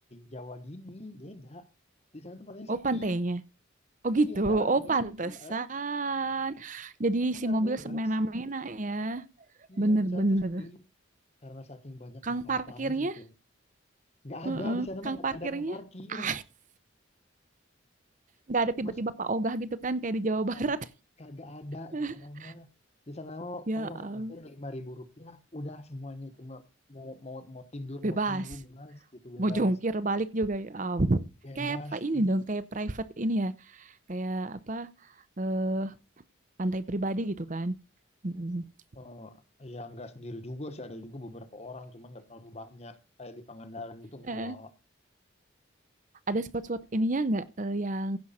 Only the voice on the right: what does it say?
Oh
pantainya? Oh gitu?
Oh pantesan.
Jadi
si
mobil
semena-mena ya.
Bener
bener.
Kang
parkirnya?
Heeh,
kang
parkirnya?
<laughs> nggak ada tiba-tiba
Pak Ogah gitu kan kayak di Jawa Barat
<laughs>
ya
am-
bebas
mau jungkir balik juga ya ampun
kayak apa ini
dong kayak private ini ya kayak apa eh pantai pribadi gitu kan mm
Eh,
ada spot-spot ininya nggak eh, yang